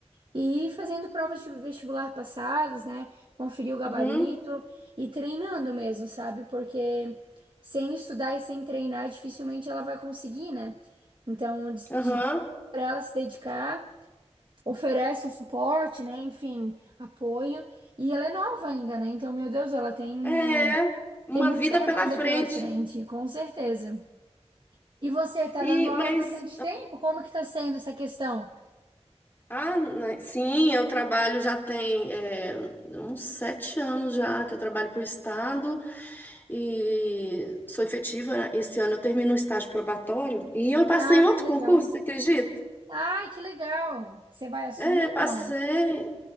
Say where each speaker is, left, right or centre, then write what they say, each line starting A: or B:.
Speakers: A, on the right; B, on the left.
A: e fazendo provas de vestibular passadas, né? Conferir o gabarito.
B: Uhum,
A: E treinando mesmo, sabe? Porque sem estudar e sem treinar, dificilmente ela vai conseguir, né? Então,
B: aham.
A: para ela se dedicar, oferece o suporte, né? Enfim, apoio. E ela é nova ainda, né? Então, meu Deus, ela tem,
B: É, uma
A: tem muito
B: vida
A: tempo
B: pela
A: ainda
B: frente.
A: pela frente, com certeza. E você tá
B: E,
A: dando aula
B: mas.
A: há bastante tempo? Como que tá sendo essa questão?
B: Ah, né, sim, eu trabalho já tem é, uns sete anos já que eu trabalho para o Estado e sou efetiva. Esse ano eu termino um estágio probatório e eu passei
A: Ah,
B: em outro
A: que legal.
B: concurso, você acredita?
A: Ai, que legal. Você vai assumir?
B: É, passei.
A: Não.